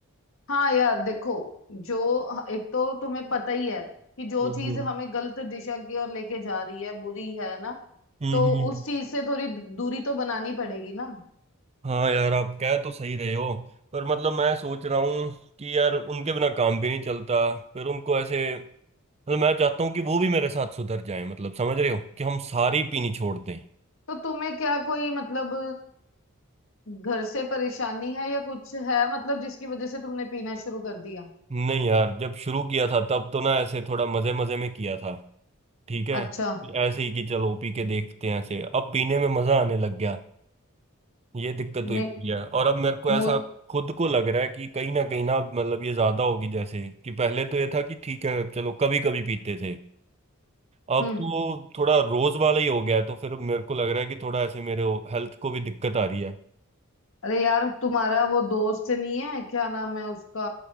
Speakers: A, on the left; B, on the right.
A: हाँ यार देखो जो एक तो तुम्हें पता ही है कि जो
B: हम्म
A: चीज
B: हम्म
A: हमें गलत दिशा की ओर लेके जा रही है बुरी है ना
B: हम्म,
A: तो
B: हम्म।
A: उस चीज से थोड़ी दूरी तो बनानी पड़ेगी ना
B: हाँ यार आप कह तो सही रहे हो पर मतलब मैं सोच रहा हूँ कि यार उनके बिना काम भी नहीं चलता फिर उनको ऐसे मतलब मैं चाहता हूँ कि वो भी मेरे साथ सुधर जाए मतलब समझ रहे हो कि हम सारी पीनी छोड़ दें
A: तो तुम्हें क्या कोई मतलब घर से परेशानी है या कुछ है मतलब जिसकी वजह से तुमने पीना शुरू कर दिया
B: नहीं यार जब शुरू किया था तब तो ना ऐसे थोड़ा मजे मजे में किया था ठीक है
A: अच्छा
B: कि ऐसे ही कि चलो पी के देखते हैं ऐसे अब पीने में मजा आने लग गया ये दिक्कत
A: नहीं
B: हुई पड़ी है और अब मेरे को ऐसा
A: मु
B: खुद को लग रहा है कि कहीं ना कहीं ना मतलब ये ज्यादा होगी जैसे कि पहले तो ये था कि ठीक है चलो कभी कभी पीते थे अब
A: हम्म
B: तो थोड़ा रोज वाला ही हो गया है तो फिर मेरे को लग रहा है कि थोड़ा ऐसे मेरे हेल्थ को भी दिक्कत आ रही है
A: अरे यार तुम्हारा वो दोस्त नहीं है क्या नाम है उसका